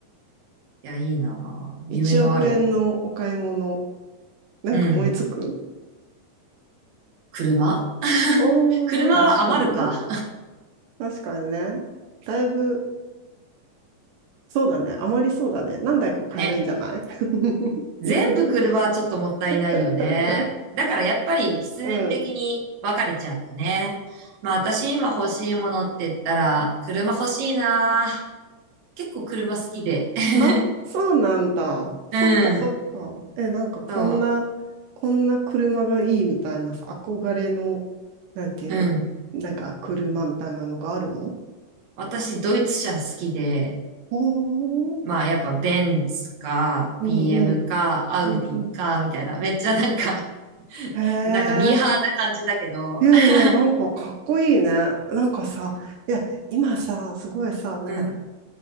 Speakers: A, on the right; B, on the right.
A: いや、いいなあ。
B: 1億円のお買い物。
A: 夢のある。
B: なんか思いつく
A: うん。車 <laughs>
B: おー、
A: 車は余るか。
B: 確かにな。確かにね。だいぶ、そうだね。あまりそうだね。何台か買えるんじゃない
A: ね。
B: <laughs>
A: 全部車はちょっともったいないよね。
B: いらない <laughs>
A: だからやっぱり必然的に別れちゃうよね。
B: うん。
A: まあ私今欲しいものって言ったら、車欲しいな。結構車好きで。<laughs>
B: あ、そうなんだ。そっかそっか。
A: うん。
B: え、なんかこんな、
A: そう。
B: こんな車がいいみたいなさ、憧れの、なんていうの、
A: うん。
B: なんか車みたいなのがあるの
A: 私ドイツ車好きで、
B: おー、
A: まあやっぱベンツか、
B: うんうん、
A: BM か、アウディか、
B: うんうん。
A: みたいな。めっちゃなんか、
B: へえ、
A: <laughs> なんかミーハーな感じだけど。
B: いやいや、
A: <laughs>
B: なんかかっこいいね。なんかさ、いや、今さ、すごいさ、なんか、
A: うん。